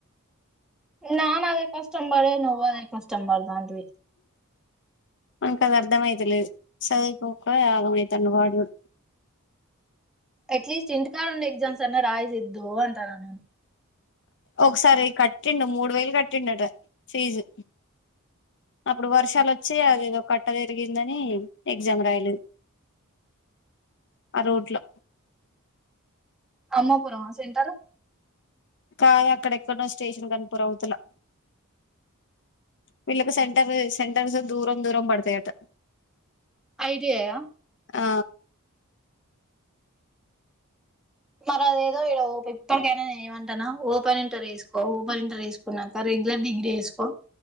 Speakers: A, in the centre; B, on the left (about 55°).
A: నాన్న అదే కష్టం బాడే నువ్వాదే కష్టం బడ్తాంటివి.
B: వానికి అది అర్థమయితలేదు చదువుకోక ఆగం అయితాండు వాడుడ్
A: అట్లీస్ట్ ఇంటికాడ ఉండి ఎగ్జామ్స్ అన్న రాయి సిద్ధు అంటానా నేన్
B: ఒకసారి కట్టిండు. మూడు వేలు కట్టిండట ఫీజు అప్పుడు వర్షాలు వచ్చి అది ఏదో కట్ట వేరిగిందని ఎగ్జామ్ రాయలేద్. ఆ రుట్లో
A: అమ్మ పూరమా సెంటరు.
B: కాయ అక్కడెక్కడనో స్టేషన్ గన్న్పూర్ అవుతులా వీళ్ళకి సెంటర్ సెంటర్స్ దూరం దూరం బడ్తాయంట
A: ఐడిఐ ఆ
B: ఆ
A: కారారేదో ఇడా ఒప్ ఇప్పటికైనా నేన్ ఏమంటానా, ఓపెన్ ఇంటర్ ఏసుకో, ఓపెన్ ఇంటర్ ఏసుకున్నాక. రెగ్యులర్ డిగ్రీ ఏసుకో